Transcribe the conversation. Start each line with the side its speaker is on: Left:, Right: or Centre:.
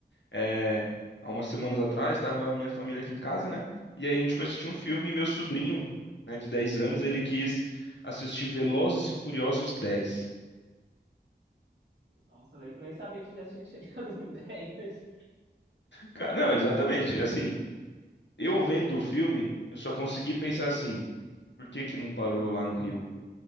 Left: É, há umas semanas atrás, estava minha família aqui em casa, né? E aí a gente foi assistir um filme e meu sobrinho, né, de 10 anos, ele quis assistir Velozes e Furiosos 10.
Right: Nossa, le- nem sabia que já tinha <laughs> chegado no dez
Left: Cara, não, exatamente. Assim, eu vendo o filme, eu só consegui pensar assim, por que que não parou lá no Rio?